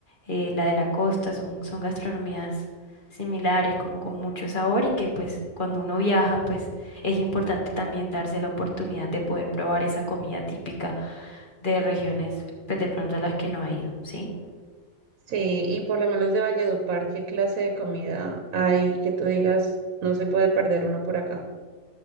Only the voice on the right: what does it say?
Sí, y por lo menos de Valledupar, ¿qué clase de comida hay que tú digas no se puede perder uno por acá?